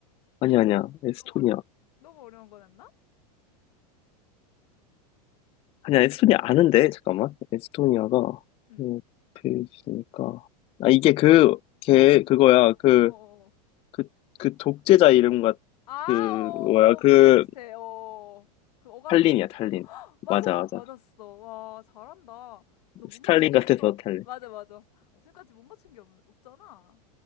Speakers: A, on the left; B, on the left.
A: 아니, 아니야.
B: 너,
A: 에스토니아.
B: 너무, 어려, 너무 어려운 거 냈나?
A: 아니야, 에스토니아 아는데, 잠깐만. 에스토니아가,
B: 응,
A: 옆에 있으니까. 아, 이게 그, 걔,
B: 어, 어,
A: 그거야. 그,
B: 어, 어.
A: 그, 그 독재자 이름 같,
B: 아,
A: 그,
B: 어,
A: 뭐야. 그,
B: 비슷해, 비슷해, 어. 그 어감이
A: 탈린이야,
B: 좀 비슷해.
A: 탈린.
B: <gasps> 헉, 맞아,
A: 맞아, 맞아.
B: 맞았어. 와, 잘한다. 너 못
A: 스탈린
B: 맞춘 게
A: 같아서
B: 없어.
A: 탈린.
B: 맞아, 맞아. 지금까지 못 맞춘 게 없, 없잖아.